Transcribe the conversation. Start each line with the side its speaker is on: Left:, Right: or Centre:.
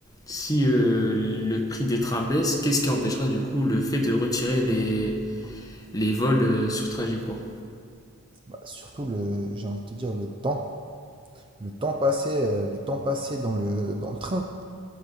Left: si euh, le prix des trains baisse, qu'est-ce qui empêchera du coup le fait de retirer les, les vols euh, sur trajet court
Right: Bah, surtout, le, j'ai envie de te dire, le temps Le temps passé, euh, le temps passé dans le, dans le train,